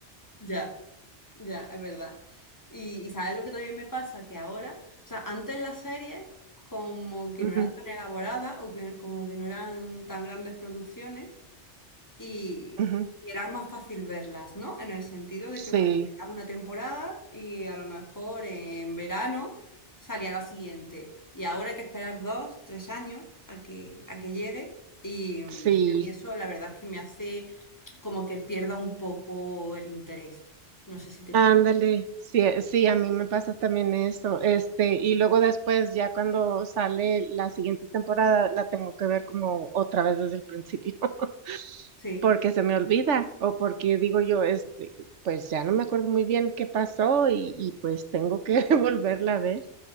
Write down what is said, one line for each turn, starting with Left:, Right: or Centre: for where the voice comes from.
Left: Ya, ya, es verdad. Y, y sabes lo que también me pasa, que ahora, o sea, antes las series como que
Right: Ujú,
Left: no eran tan elaboradas o que como que no eran tan grandes producciones, y,
Right: ujú.
Left: y era más fácil verlas, ¿no? En el sentido de que,
Right: Sí,
Left: bueno, veías una temporada y a lo mejor en verano salía la siguiente. Y ahora hay que esperar dos, tres años a que, a que llegue. Y, mm,
Right: sí.
Left: y a mí eso la verdad es que me hace como que pierda un poco el interés. No sé si te
Right: Ándale,
Left: pasa.
Right: sí, sí, a mí me pasa también eso. Este, y luego después, ya cuando sale la siguiente temporada, la tengo que ver como otra vez desde el principio, <laughs>
Left: Sí,
Right: porque se me olvida, o porque digo yo, este, pues ya no me acuerdo muy bien qué pasó, y, y pues tengo que <laughs> volverla a ver.